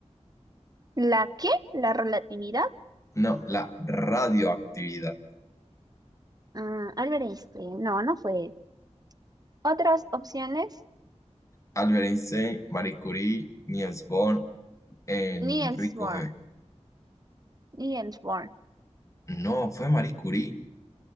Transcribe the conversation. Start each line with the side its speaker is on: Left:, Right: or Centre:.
Right: ¿La qué? ¿La relatividad?
Left: No, la radioactividad.
Right: Mm, Albert Einstein, no, no fue él. Otras opciones,
Left: Albert Einstein, Marie Curie, Niels Bohr, Enrico
Right: Niels Bohr,
Left: Fermi.
Right: Niels Bohr.
Left: No, fue Marie Curie.